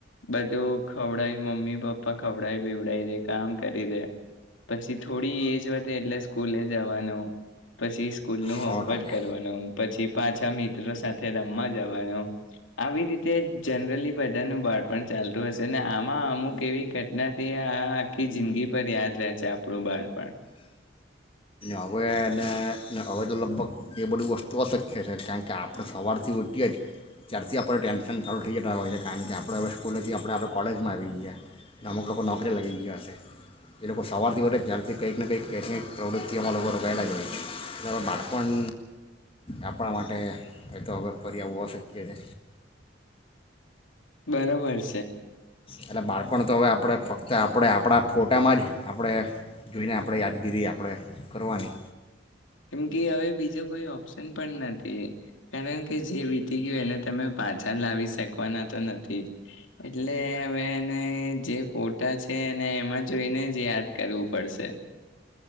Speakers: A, on the left; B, on the left.
A: બધું ખવડાય મમ્મી પપ્પા ખવડાય પીવડાવ દે કામ કરી દે, પછી થોડી એજ વધે એટલે સ્કૂલે જવાનું. પછી સ્કૂલનું
B: સો
A: હોમવર્ક
B: ટકા ને
A: કરવાનું, પછી પાછા મિત્રો સાથે રમવા જવાનું. આવી રીતે જનરલી બધાનું બાળપણ ચાલતું હશે ને, આમાં અમુક એવી ઘટનાથી આ આખી જિંદગીભર યાદ રહે છે આપણું બાળપણ.
B: અને હવેને હવે તો લગભગ એ બધી વસ્તુ અશક્ય છે, કારણ કે આપણે સવારથી ઉઠીએ જ ત્યારથી આપણે ટેન્શન ચાલુ થઈ જતા હોય છે, કારણ કે આપણે હવે સ્કૂલેથી આપણે હવે કોલેજમાં આવી ગયા. અને અમુક લોકો નોકરી લાગી ગયા હશે. એ લોકો સવારથી ઉઠે જ ત્યારથી કાંઈક ને કાંઈક કાંઈક ને કાંઈક પ્રવૃત્ કે એમાં લોકો રોકાયેલા જ હોય છે. એટલે હવે બાળપણ આપણા માટે એ તો હવે ફરી આવવું અશક્ય છે.
A: બરોબર છ
B: એટલે બાળપણ તો હવે આપણે ફક્ત આપણે આપ પણા ફોટામાં જ આપણે જોઈને આપણે યાદગીરી આપણે કરવાની.
A: કેમ કે હવે બીજો કોઈ ઓપ્શન પણ નથી. કારણ કે જે વીતી ગયું એને તમે પાછા લાવી શકવાના તો નથી જ. એટલે હવે એને જે ફોટા છે એને એમાં જોઈને જ યાદ કરવું પડશે.